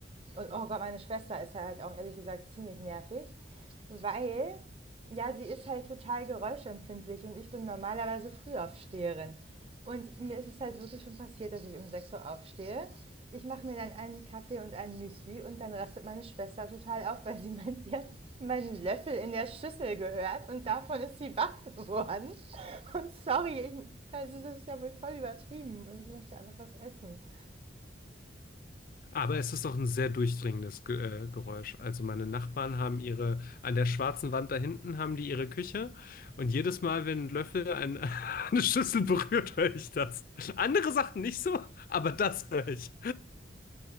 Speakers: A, on the right; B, on the left.
A: Und oh Gott, meine Schwester ist halt auch ehrlich gesagt ziemlich nervig, weil ja, sie ist halt total geräuschempfindlich und ich bin normalerweise Frühaufsteherin. Und mir ist es halt wirklich schon passiert, dass ich um 6 Uhr aufstehe. Ich mache mir dann einen Kaffee und ein Müsli und dann rastet meine Schwester total auf, weil sie <laughs> meint, sie hat meinen Löffel in der Schüssel gehört und davon ist sie wach geworden. Und sorry, ich, also das ist ja wohl voll übertrieben und ich möchte einfach was essen.
B: Aber es ist doch ein sehr durchdringendes Ge äh, Geräusch. Also meine Nachbarn haben ihre, an der schwarzen Wand da hinten haben die ihre Küche und jedes Mal, wenn ein Löffel ein, <laughs> eine Schüssel berührt, höre ich das. Andere Sachen nicht so, aber das höre ich.